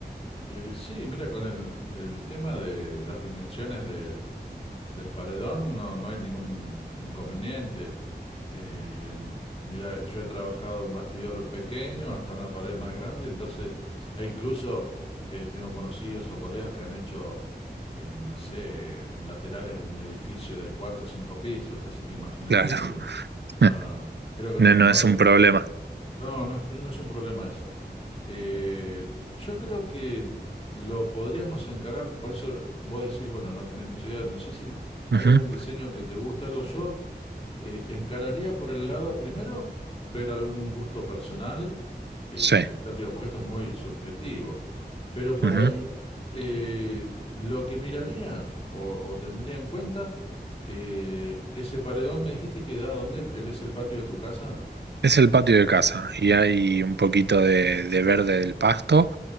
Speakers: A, on the left; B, on the right.
A: Eh, sí, mira, con el, el tema de las dimensiones del, Del paredón no, no hay ningún inconveniente. Eh, mira, yo he trabajado en bastidor pequeño hasta una pared más grande, entonces, e incluso eh, tengo conocidos o colegas que han hecho, en, no sé, en laterales de un edificio de cuatro o cinco pisos, así que imagínate
B: Claro,
A: que, no,
B: <laughs>
A: no, no, creo que
B: no,
A: no, no
B: no
A: no
B: es
A: hay,
B: un problema.
A: no, no es, no es un problema eso. Eh, yo creo que lo podríamos encarar, por eso vos decís, bueno, no tenés mucha idea, no sé si hay
B: Ujú,
A: algún diseño que te gusta, algo yo eh, encararía por el lado, primero, ver algún gusto personal, eh,
B: Sí.
A: ya te digo, porque esto es muy subjetivo, pero por
B: ujú.
A: ahí eh, lo que miraría o, o tendría en cuenta, eh, ese paredón, me dijiste que da, ¿dónde? ¿El- ¿Es el patio de tu casa?
B: Es el patio de casa y hay un poquito de, de verde del pasto,